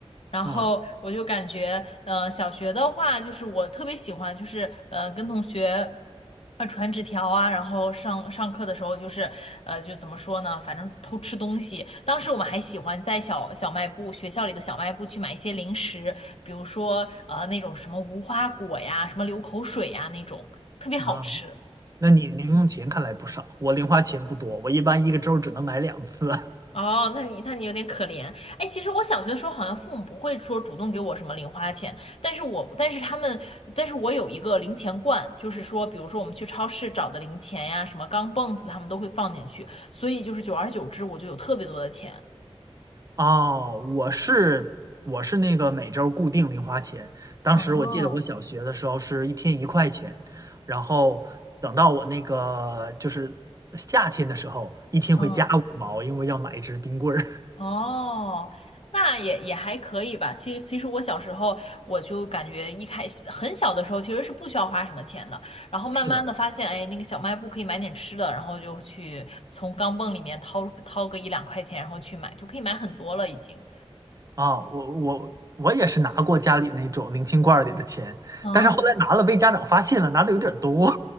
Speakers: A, on the left; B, on the right.
A: 然后我就感觉，
B: 啊
A: 呃，小学的话，就是我特别喜欢，就是呃，跟同学啊传纸条啊，然后上上课的时候，就是呃，就怎么说呢，反正偷吃东西。当时我们还喜欢在小小卖部，学校里的小卖部去买一些零食，比如说呃那种什么无花果呀，什么流口水呀那种，特别好吃。
B: 啊？那你零用钱看来不少，我零花钱不多，我一般一个周只能买两次。<laughs>
A: 哦，那你那你有点可怜。哎，其实我小学的时候好像父母不会说主动给我什么零花钱，但是我但是他们但是我有一个零钱罐，就是说，比如说我们去超市找的零钱呀，什么钢镚子，他们都会放进去，所以就是久而久之我就有特别多的钱。
B: 哦，我是我是那个每周固定零花钱，当时我记得我小学的时候是一天一块钱，
A: 哦，
B: 然后等到我那个就是夏天的时候，一天会加五毛，
A: 嗯。
B: 因为要买一支冰棍儿。
A: 哦，那也也还可以吧。其实其实我小时候我就感觉一开始很小的时候其实是不需要花什么钱的，然后慢慢的发现，
B: <laughs> 是的，
A: 哎，那个小卖部可以买点吃的，然后就去从钢镚里面掏掏个一两块钱，然后去买，就可以买很多了已经。
B: 啊，我我我也是拿过家里那种零钱罐儿里的钱，
A: 嗯。
B: 但是后来拿了被家长发现了，拿的有点儿多。